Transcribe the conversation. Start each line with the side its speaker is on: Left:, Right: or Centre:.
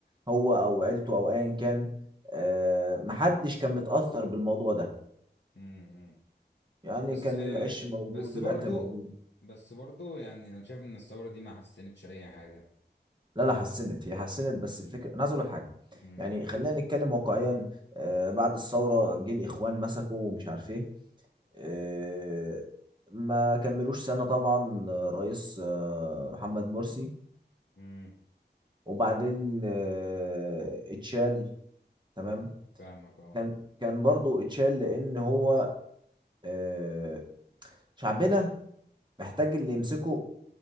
Right: هو او عيلته او ايا كان آه، محدش كان متأثر بالموضوع ده
Left: امم
Right: يعني
Left: بس
Right: كان العيش موجود
Left: بس
Right: والاكل
Left: برضو
Right: موجود
Left: بس برضو يعني أنا شايف إن الثورة دي ما حسنتش أي حاجة
Right: لا لا حسنت هي حسنت بس الفكره انا عايز اقول لك حاجه
Left: امم
Right: يعني خلينا نتكلم واقعيا آه، بعد الثوره جه الاخوان مسكوا ومش عارف ايه آه، ما كملوش سنه طبعا آه، الرئيس آه، محمد مرسي
Left: امم
Right: وبعدين آه، اتشال تمام
Left: فاهمك اه
Right: كان كان برضو اتشال لان هو آه، شعبنا محتاج اللي يمسكه